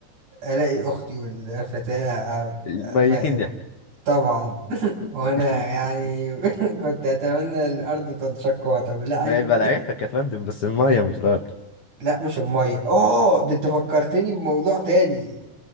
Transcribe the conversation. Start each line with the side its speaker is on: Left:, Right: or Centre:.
Right: الاقي اختي والفتاة عم-
Left: ميتين
Right: ما-
Left: ضحك
Right: طبعا
Left: <laughs>
Right: وانا يعني <laughs> كنت اتمنى الارض تنشق وتبلعني
Left: ما هي بلعتك يا فندم بس المية مش الأرض
Right: لا مش الميه اوه ده انت فكرتني بموضوع تاني